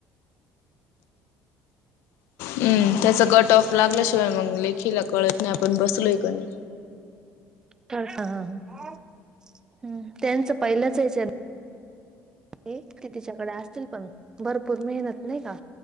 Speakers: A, on the left (about 80°); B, on the right (about 15°).
A: हू त्याचा कट ऑफ
B: का
A: लागल्या शिवाय मग लेखीला कळत नाही आपण बसलोय का नाही
B: ह ह त्यांचं पहिलाच ह्याच्यात ते तिच्याकडे असतील पण भरपूर मेहनत नाही का